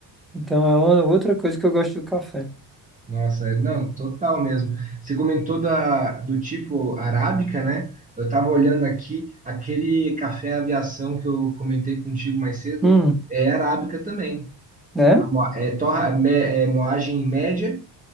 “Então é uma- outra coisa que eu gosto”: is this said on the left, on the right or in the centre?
Centre